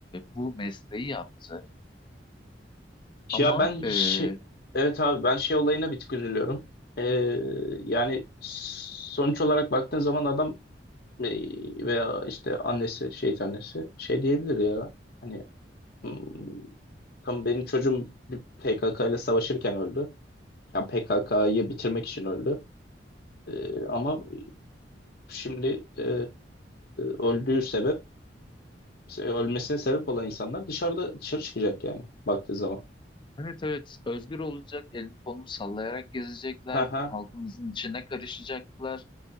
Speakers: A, on the left; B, on the left.
A: bu mesleği yaptı. Ama
B: Ya ben şey,
A: e,
B: evet abi ben şey olayına bir tık üzülüyorum. Ee, yani sonuç olarak baktığın zaman adam e, veya işte annesi, şehit annesi şey diyebilir ya. Hani "Hmm, tam benim çocuğum bir PKK ile savaşırken öldü. Yani PKK'yı bitirmek için öldü. Ee, ama şimdi e, öldüğü sebep, ölmesine sebep olan insanlar dışarıda dışarı çıkacak yani baktığı zaman.
A: Evet evet özgür olacak, elini kolunu sallayarak gezecekler,
B: <laughs>
A: halkımızın içine karışacaklar.